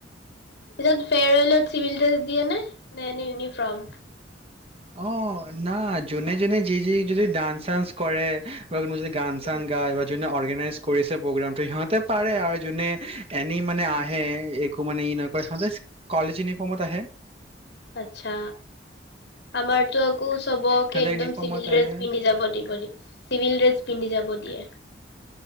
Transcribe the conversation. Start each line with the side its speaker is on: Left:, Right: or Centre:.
Left: িত ফেৰেলত চিভিল ড্ৰে দিয়ে নে নাই এনে ইউনিফৰ্ম
Right: অ ন জোনে জোনে যি যি যদি ডান্স চান্স কৰে মে গান
Left: উম,
Right: গাই বা যু অৰ্গনাইজ কৰি প্ৰগ্ৰ সিহতে পাৰে আৰু যোনে এ মানে আহে একো মানে ই নকৰে সহতে কলেজ ইনিফৰ্মত আহে
Left: আ্ছা আমাৰটোো আকৌ চবকে
Right: সিহঁতে
Left: একদম
Right: ইউনিফৰ্মত
Left: চিভিল ড্ৰেছ
Right: আহে
Left: পিন্ধি যাব দিব চিভিল ড্ৰেছ পিন্ধি যাব দিয়ে